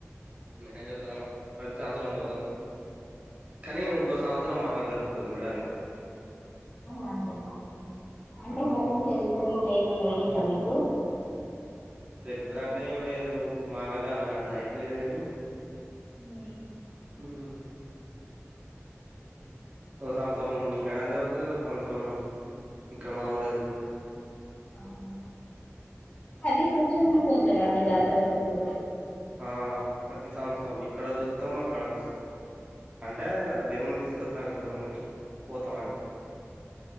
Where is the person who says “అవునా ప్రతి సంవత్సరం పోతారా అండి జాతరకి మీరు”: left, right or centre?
Left